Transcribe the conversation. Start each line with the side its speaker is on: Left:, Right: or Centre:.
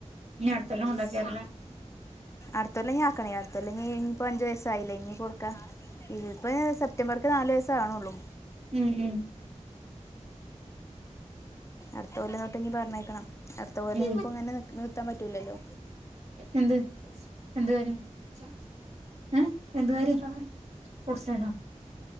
Right: ഇനി അടുത്തെല്ലാം കൊണ്ടാക്കിയരല്ലേ
Left: അടുത്തൊല്ലാം ഇനി ആക്കണം അടുത്തല്ല ഇനി ഇപ്പൊ അഞ്ച് വയസായില്ലേ ഇനി കൊടുക്ക ഇതിപ്പ സെപ്റ്റംബർക്ക് നാല് വയസ്സ് ആവേണെള്ളൂ
Right: ഉം ഉം
Left: അട്ത്തകൊല്ല തൊട്ട് ഇഞ് പറഞ്ഞേക്കണം അടുത്ത കൊല്ലം
Right: മ്
Left: ഇനിയിപ്പോൾ ഇങ്ങനെ നിക്ക് നിർത്താൻ പറ്റൂലല്ലോ
Right: എന്ത് <inaudible> <unintelligible> ഫ്രൂട്ട്സ്ണ്ടാ